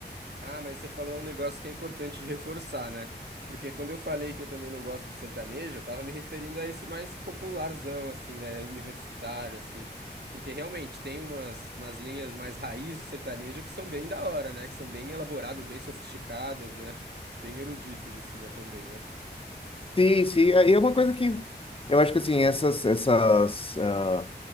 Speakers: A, on the right (about 70°); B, on the left (about 30°).
A: Ah, mas você falou um negócio que é importante de reforçar, né? Porque quando eu falei que eu também não gosto de sertanejo, eu tava me referindo a esse mais popularzão, assim, né? Universitário, assim. Porque realmente tem umas, umas linhas mais raiz de sertanejo que são bem da hora, né? Que são bem elaboradas, bem sofisticadas, né? Bem eruditas, assim, né? Também, né?
B: Sim, sim. Aí é uma coisa que eu acho que assim, essas, essas ah,